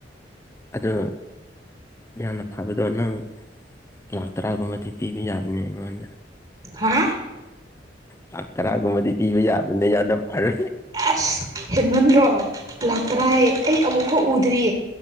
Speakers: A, on the left; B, on the right.
A: ꯑꯗꯨ ꯌꯥꯝꯅ ꯐꯕꯗꯣ ꯅꯪ ꯂꯥꯛ ꯇꯔꯥꯒꯨꯝꯕꯗꯤ ꯄꯤꯕ ꯌꯥꯕꯅꯦ ꯑꯩꯉꯣꯟꯗ
B: ꯍꯥ
A: ꯂꯥꯛ ꯂꯥꯔꯥꯒꯨꯝꯕꯗꯤ ꯄꯤꯕ ꯌꯥꯕꯅꯦ ꯌꯥꯝꯅ ꯐꯔꯦ
B: ꯑꯁ ꯍꯦꯟꯃꯟꯗ꯭ꯔꯣ ꯂꯥꯛ ꯇꯔꯥ ꯍꯥꯏꯌꯦ ꯑꯩ ꯑꯃꯨꯛꯐꯥꯎ ꯎꯗ꯭ꯔꯤ